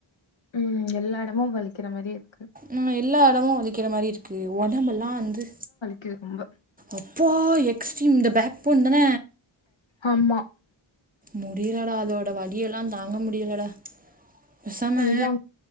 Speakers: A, on the left; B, on the right.
A: ம் எல்லா எடமு வலிக்கிற மாரி இருக்கு
B: ம் எல்லா எடமு வலிக்கிற மாரி இருக்கு ஒடம்பெல்லா வந்து
A: கிது ரொம்ப
B: அப்பா எக்ஸ்ட்ரீம் இந்த பேக் போன் தான
A: ஆமா
B: முடியலட அதோட வலியெல்லாம் தாங்க முடிய டயடா பெசாம
A: அதுதா